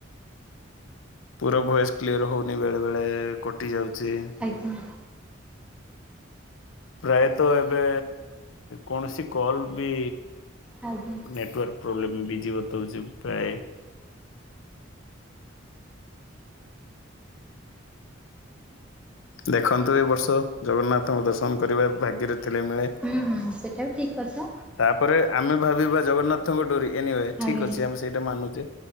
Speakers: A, on the left; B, in the centre.
A: ପୁର ଭଏସ୍ କ୍ଲିଅର ହେଉନି ବେଳେ ବେଳେ କଟିଯାଉଛି
B: ହୁଁ
A: ପ୍ରାୟତଃ ଏବେ କୌଣସି କଲ ବି
B: ଆଜ୍ଞା
A: ନେଟୱାର୍କ ପ୍ରୋବ୍ଲେମ୍ ବିଜି ବତାଉଛି ପ୍ରାୟ। ଦେଖନ୍ତୁ ଏ ବର୍ଷ ଜଗନ୍ନାଥଙ୍କୁ ଦର୍ଶନ କରିବା ଭାଗ୍ୟରେ ଥିଲେ ମିଳେ।
B: ହୁଁ ହୁଁ ସେଟା ବି ଠିକ୍ କଥା
A: ତାପରେ ଆମେ ଭାବିବା ଜଗନ୍ନାଥଙ୍କ ଡୋରି ଏନିୱେ ଠିକ୍
B: ଆଜ୍ଞା।
A: ଅଛି ଆମ ସେଇଟା ମାନୁଛେ